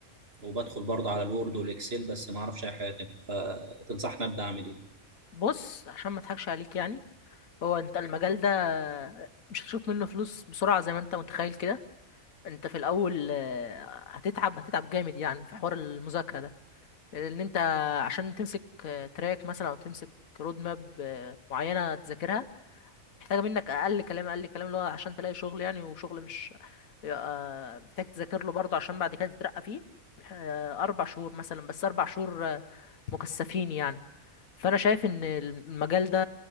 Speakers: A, on the right; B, on the left.
A: وبدخل برضه على الوورد والإكسل بس ما أعرفش أي حاجة تانية فتنصحني أبدأ أعمل إيه؟
B: بص عشان ما اضحكش عليك يعني هو انت المجال ده مش هتشوف منه فلوس بسرعة زي ما انت متخيل كده انت في الاول آه، هتتعب هتتعب جامد يعني في حوار المذاكرة ده لان انت عشان تمسك آه، تراك مثلا او تمسك رود ماب آه، معينة تذاكرها محتاجة منك اقل كلام اقل كلام اللي هو عشان تلاقي شغل يعني وشغل مش آه، محتاج تذاكر له برضه عشان بعد كده تترقى فيه آه، اربع شهور مثلا بس اربع شهور آه، مكثفين يعني فانا شايف ان المجال ده